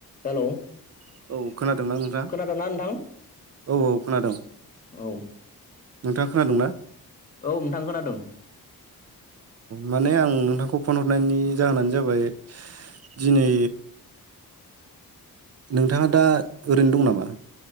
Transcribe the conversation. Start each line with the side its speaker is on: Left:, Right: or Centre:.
Left: हेलौ
Right: <inaudible> खोनादोंना नोंथा
Left: खोनादोंना नोंथां
Right: औ औ खोनादों,
Left: औ औ
Right: नोंथाङा खोनादोंना
Left: नोंथां खोनादों
Right: माने आं नोंथांखौ फन हरनायनि जाहोनानो जाबाय दिनै नोंथाङा दा ओरैनो दं नामा?